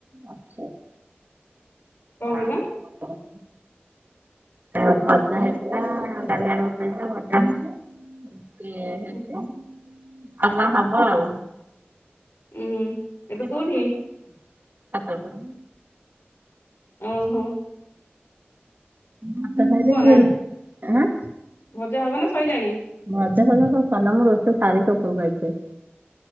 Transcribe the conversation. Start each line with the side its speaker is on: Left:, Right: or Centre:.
Right: ଆଚ୍ଛା
Left: କଣ କହିଲ
Right: ଆଉ କଣ କୁହ? ଏ ଭଜା ହେଇଥିଲା ଡାଲି ଆଳୁଭର୍ତ୍ତା ହେଇଥିଲା ଭଜା ହେଇଚି। ଏ ହେ
Left: ଉଁ
Right: ଆଉ କଣ ହବ ଆଉ।
Left: ହୁଁ ଏବେ
Right: ସେଇ
Left: କୋଉଠି
Right: ଭାତ ଟା ଭାତ ଟା।
Left: ଉଁ ହୁଁ।
Right: ଭାତ ଖାଇବେ ସେ
Left: ନା
Right: ରୁ ଆଁ।
Left: ଭଜା ହବ ନା ସଇଲାଣି?
Right: ଭଜା ଫଜା ସବୁ ସରିଲା ମୁଁ ରୋଷେଇ ସାରିକି ଉପରକୁ ଆଇଚି।